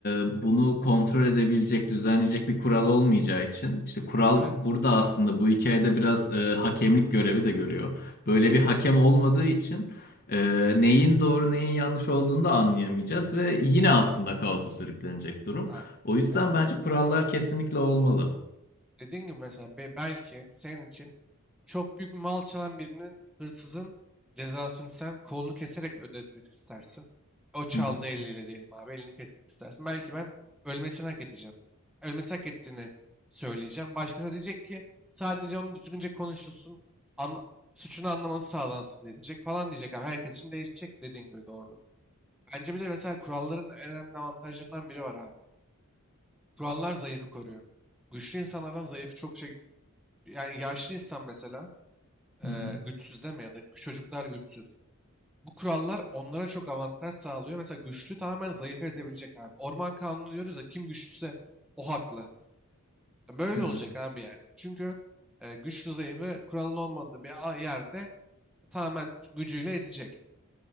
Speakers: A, on the left (about 45°); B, in the centre.
A: e, bunu kontrol edebilecek, düzenleyecek bir kural olmayacağı için. işte kural
B: Evet.
A: burada aslında bu hikayede biraz e, hakemlik görevi de görüyor. Böyle bir hakem olmadığı için e, neyin doğru neyin yanlış olduğunu da anlayamayacağız ve yine aslında kaosa sürüklenecek durum.
B: Abi,
A: O yüzden
B: evet.
A: bence kurallar kesinlikle olmalı.
B: Dediğin gibi mesela be- belki senin için Çok büyük bir mal çalan birinin, hırsızın cezasını sen kolunu keserek ödetmek istersin. O çaldığı
A: Hı hı,
B: eliyle diyelim abi, elini kesmek istersin. Belki ben ölmesini hak edeceğim. Ölmesi hak ettiğini söyleyeceğim. Başkası diyecek ki sadece onun düzgünce konuşulsun, anla- suçunu anlaması sağlansın diyecek falan diyecek abi. Herkes için değişecek dediğin gibi doğruluk. Bence bir de mesela kuralların en önemli avantajlarından biri var abi. Kurallar zayıfı koruyor. Güçlü insanlardan zayıfı çok şey... Yani yaşlı insan mesela e,
A: hı hı,
B: güçsüz deme ya da çocuklar güçsüz. Bu kurallar onlara çok avantaj sağlıyor. Mesela güçlü tamamen zayıfı ezebilecek abi. Orman kanunu diyoruz da kim güçlüyse o haklı. E, Böyle
A: hı hı,
B: olacak abi yani. Çünkü e, güçlü zayıfı kuralın olmadığı bir a- yerde tamamen gücüyle ezecek.